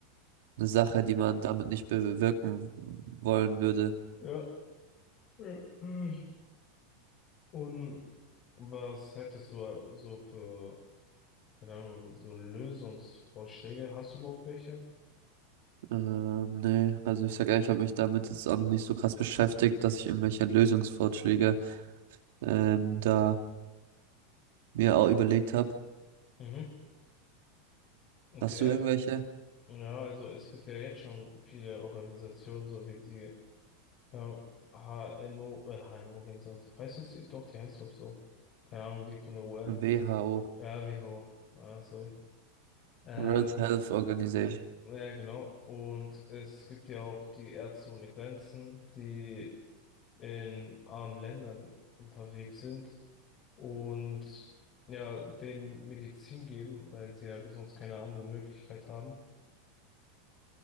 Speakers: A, on the right; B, on the left.
A: eine Sache, die man damit nicht bewirken wollen würde.
B: Ja. ja, mhm. Und was hättest du äh, so für, keine Ahnung, so Lösungsvorschläge? Hast du überhaupt welche?
A: Ähm, nee, also ich sag ehrlich, ich habe mich damit jetzt auch noch nicht so krass beschäftigt, dass ich irgendwelche Lösungsvorschläge ähm, da mir auch überlegt habe.
B: Mhm. Okay.
A: Hast du irgendwelche?
B: Ja, also es gibt ja jetzt schon viele Organisationen, so wie die ähm, H ja, HNO, äh, H N O Gänsehaut. Heißt es die? Doch, die heißt glaub so. Keine Ahnung, die von der UN.
A: WHO,
B: Ja, WHO. Ah, sorry. Ähm,
A: World Health Organization.
B: ja, genau. Und es gibt ja auch die Ärzte ohne Grenzen, die in armen Ländern unterwegs sind und ja, denen Medizin geben, weil sie ja sonst keine andere Möglichkeit haben.